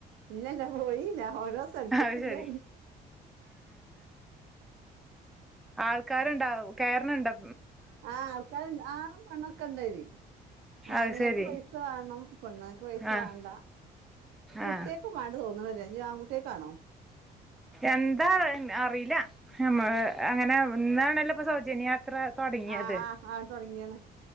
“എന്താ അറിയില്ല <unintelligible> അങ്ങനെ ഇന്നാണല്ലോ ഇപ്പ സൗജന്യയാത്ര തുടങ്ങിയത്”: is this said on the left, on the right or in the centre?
Centre